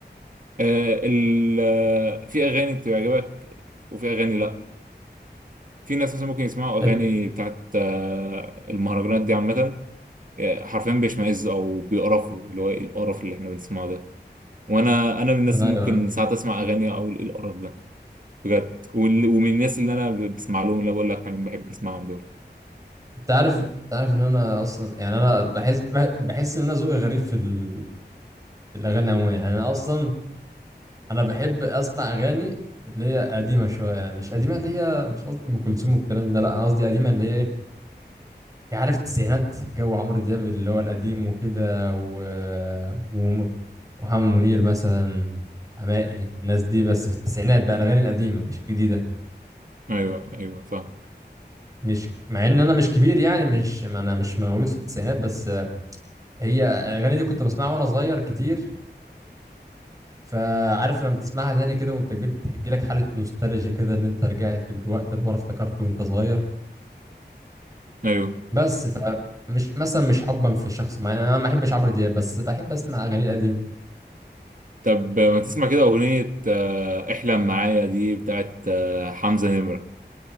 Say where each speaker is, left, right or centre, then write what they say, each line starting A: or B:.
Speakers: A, on the right (about 50°); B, on the right (about 20°).
A: آه ال آه، في أغاني بتعجبك وفي أغاني لأ في ناس مثلا ممكن يسمعوا أغاني
B: إت-
A: بتاعت آه المهرجانات دي عامة حرفيا بيشمئز او بيقرفوا اللي هو ايه القرف اللي احنا بنسمعه ده وانا انا من الناس
B: انا
A: اللي
B: ايوه
A: ممكن ساعات اسمع اغاني اقول ايه القرف ده بجد وال- ومن الناس اللي انا ب- بسمع لهم اللي أنا بقول لك عليهم بحب اسمعهم دول
B: انت عارف انت عارف ان انا اصلا يعني انا بحس بح- بحس ان انا ذوقي غريب في ال... في الاغاني عموما يعني انا اصلا انا بحب اسمع اغاني اللي هي قديمه شويه يعني مش قديمه اللي هي مش قصدي ام كلثوم والكلام ده لا انا قصدي قديمه اللي هي ايه يعني عارف التسعينات جو عمرو دياب اللي هو القديم وكده و... وم- ومحمد منير مثلا حماقي الناس دي بس في التسعينات بقى الاغاني القديمه مش الجديده
A: ايوه ايوه فاهم
B: مش مع ان انا مش كبير يعني مش ما انا مش مولود في التسعينات بس هي الاغاني دي كنت بسمعها وانا صغير كتير فعارف لما بتسمعها تاني كده وانت كبير بتحجي لك حالة نوستالجيا كده ان انت رجعت بالوقت اللي ورا افتكرته وانت صغير
A: ايوه
B: بس فمش مثلا مش حبا في شخص معين انا ما بحبش عمرو دياب بس بحب اسمع اغاني القديمه
A: طب ما تسمع كده اغنيه آه، احلم معايا دي بتاعت آه، حمزه نمره